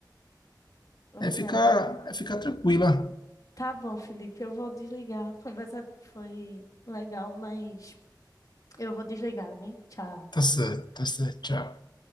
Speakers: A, on the left (about 50°); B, on the left (about 70°).
A: Pois
B: É ficar,
A: é.
B: é ficar tranquila.
A: Tá bom, Felipe, eu vou desligar. A conversa foi legal, mas eu vou desligar, vem? Tchau.
B: Tá certo, tá certo, tchau.